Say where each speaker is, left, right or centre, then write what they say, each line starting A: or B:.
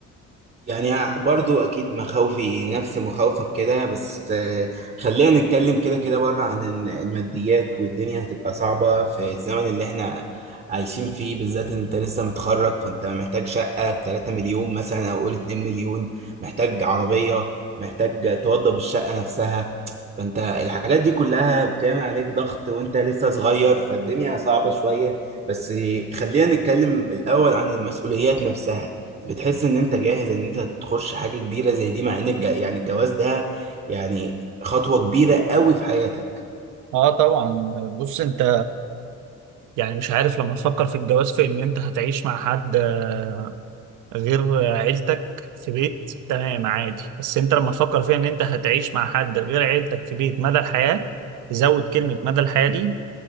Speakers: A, on the right; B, on the right.
A: يعني برضو اكيد مخاوفي نفس مخاوفك كده بس آه، خلينا نتكلم كده كده بره عن ال- الماديات والدنيا هتبقى صعبة في الزمن اللي احنا عايشين فيه بالذات ان انت لسه متخرج فانت محتاج شقة ب 3 مليون مثلا او قول 2 مليون محتاج عربية محتاج توضب الشقة نفسها فانت الحاجات دي كلها بتعمل عليك ضغط وانت لسه صغير فالدنيا صعبة شوية بس خلينا نتكلم الاول عن المسؤوليات نفسها بتحس ان انت جاهز ان انت تخش حاجه كبيره زي دي مع ان الج... يعني الجواز ده يعني خطوه كبيره قوي في حياتك
B: اه طبعا بص انت يعني مش عارف لما تفكر في الجواز في ان انت هتعيش مع حد آه، غير عيلتك في بيت تمام عادي بس انت لما تفكر في ان انت هتعيش مع حد غير عيلتك في بيت مدى الحياة زود كلمة مدى الحياة دي